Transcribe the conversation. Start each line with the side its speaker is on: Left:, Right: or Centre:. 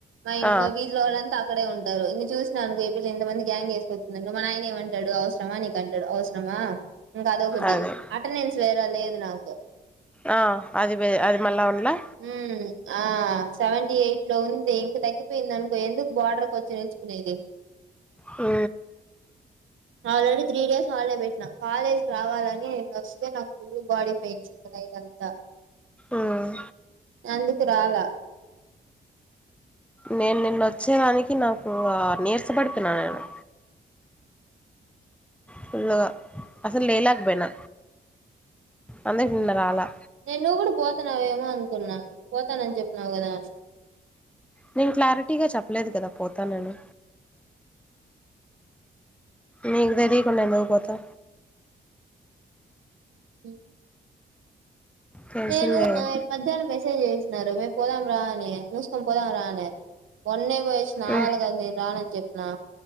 Right: మా ఇన్
Centre: ఆ
Right: మా వీధిలో వా తా అక్కడే ఉంటారు ఇంగ చూసినానుకో ఈ పిల్ల ఇంత మంది గ్యాంగ్ ఏసుకొచ్చిధనుకో మా నాయన ఏమంటడు అవసరమా నీకు అంటడు అవస రామా ఇంకా అదొకటి
Centre: అదే
Right: అటెండెన్స్ వేర లేదు నాకు
Centre: ఆ అది వే అది మళ్ళా ఉండాలా
Right: ఉమ్ ఆ సెవెంటీ ఎయిట్ లో ఉంది ఇంక తగ్గిపోయింది అనుకో ఎందుకు బార్డర్కి వచ్చి నేర్చుకునేది
Centre: ఆ
Right: ఆల్రెడీ త్రీ డేస్ హాలిడే పెట్టినా కాలేజ్కి రావాలని వస్తే నాకు ఫుల్ బాడీ పెయిన్స్ ఇంకా నైట్ అంతా
Centre: ఉమ్
Right: అందుకు రాలా
Centre: నేను నిన్న వచ్చేదానికి నాకు నీరస పడిపోయిన నేను ఫుల్గా అసలు లేలేకపోయినా అందుకు నిన్న రాలా
Right: నేను నువ్వు కూడా పోతాన్నావేమో అనుకున్నా పోతానని చెప్పన్నావు కదా
Centre: నేను క్లారిటీగా చెప్పలేదు కదా పోతాననీ మీకు తెలియకుండా ఎందుకుపోతా
Right: ఉ
Centre: తెలిసిందేగా
Right: నేను నా మధ్యాహ్నం మెసేజ్ చేసినారు పోదాం రానే మూసుకం పోదాం రానే మొన్నే పోయిచ్చిన నా
Centre: ఉమ్
Right: వల్ల గాదు నేను రానని చెప్ప నా